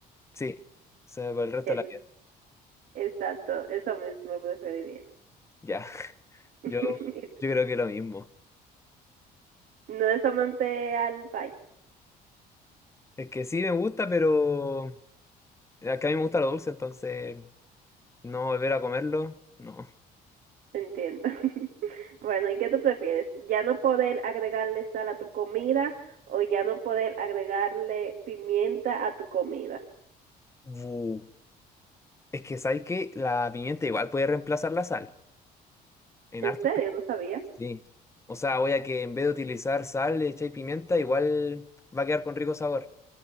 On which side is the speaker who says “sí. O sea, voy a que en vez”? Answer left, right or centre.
Left